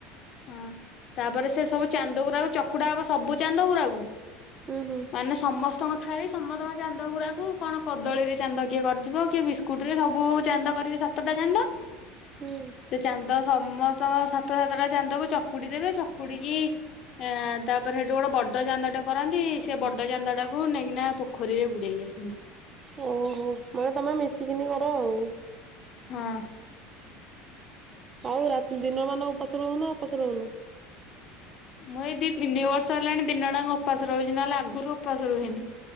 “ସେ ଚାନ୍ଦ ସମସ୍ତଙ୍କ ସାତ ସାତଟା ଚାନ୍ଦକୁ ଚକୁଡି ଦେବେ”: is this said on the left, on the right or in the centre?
Left